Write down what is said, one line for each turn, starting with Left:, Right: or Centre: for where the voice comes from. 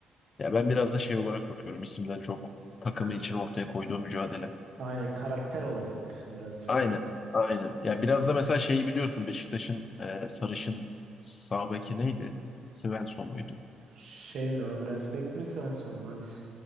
Left: ya ben biraz da şey olarak bakıyorum. isimden çok takımı
Right: K-
Left: için ortaya koyduğu mücadele.
Right: Aynen karakter olarak bakıyorsun biraz da sen.
Left: Aynen. Aynen. Ya biraz da mesela şeyi biliyorsun Beşiktaş'ın e, sarışın sağ beki neydi? Svensson muydu?
Right: Şey mi? Andreas Beck mi? Svensson mu? Hangisi?